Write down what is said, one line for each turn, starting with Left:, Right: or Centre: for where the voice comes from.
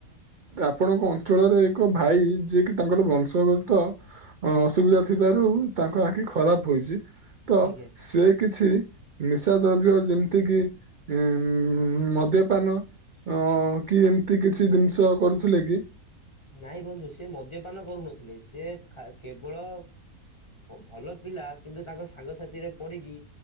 Right: ଆପଣଙ୍କ ଅଞ୍ଚଳରେ ଏକ ଭାଇ ଯିଏକି ତାଙ୍କର ବଂଶଗତ ଅ ଅସୁବିଧା ଥିବାରୁ ତାଙ୍କ ଆଖି ଖରାପ ହୋଇଛି। ତ
Left: ଆଜ୍ଞା
Right: ସେ କିଛି ନିଶା ଦ୍ରବ୍ୟ ଯେମିତି କିି ଉଁ ମଦ୍ୟପାନ ଅ କି ଏମିତି କିଛି ଜିନିଷ କରୁଥିଲେ କି?
Left: ନାଇଁ ବନ୍ଧୁ ସେ ମଦ୍ୟପାନ କରୁନଥିଲେ ସେ କେବଳ ଭଲ ପିଲା କିନ୍ତୁ ତାଙ୍କ ସାଙ୍ଗସାଥିରେ ପଡିକି